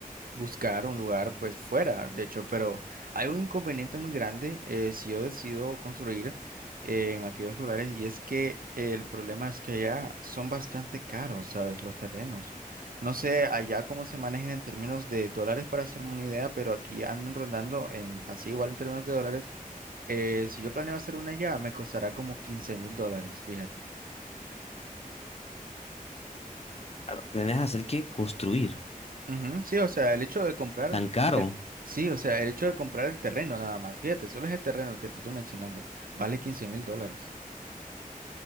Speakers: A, on the right; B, on the left.
A: buscar un lugar pues fuera, de hecho, pero hay un inconveniente muy grande eh, si yo decido construir eh, en aquellos lugares y es que el problema es que allá son bastante caros, ¿sabes? Los terrenos. No sé allá cómo se manejan en términos de dólares para hacerme una idea, pero aquí andan rondando en así igual en términos de dólares. eh, si yo planeo hacer una allá, me costará como quince mil dólares, fíjate.
B: Claro, ¿Planeas hacer qué? Construir.
A: Ujú, Sí, o sea, el hecho de comprar
B: Tan caro.
A: el, sí, o sea, el hecho de comprar el terreno nada más, fíjate, solo es el terreno el que te estoy mencionando, vale quince mil dólares.